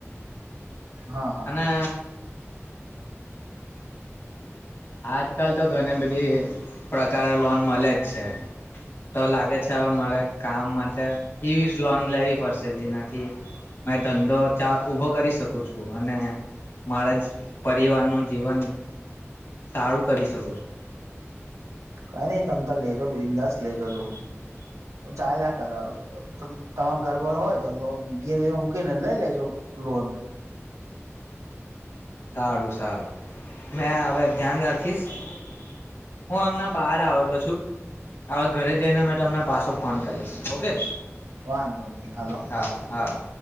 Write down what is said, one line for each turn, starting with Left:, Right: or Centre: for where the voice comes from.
Right: હા
Left: અને આજકાલ તો ઘણી બધી પ્રકારે લોન મળે જ છે તો લાગે છે હવે મારે કામ માટે એવી લોન લેવી પડશે જેનાથી મેં ધંધો ઉઊભો કરી શકું છું અને મારા પરિવારનું જીવન સારું કરી શકો છો
Right: કઈ નહી તમ લેજો બિંદાસ લેજો લોન પર ચાર લાખ બરાબર ત તમારો ઘરબર હોય તો લોન ઘેર મૂકીને લઈ લેજો લોન
Left: સારું સારું મે હવે ધ્યાન રાખીશ હું આમના બહાર આવેલો છું હવે ઘરે જઈને મે તમને પાછો ફોન કરીશ ઓકે
Right: વાંધો નહી હાલો
Left: હારું હારું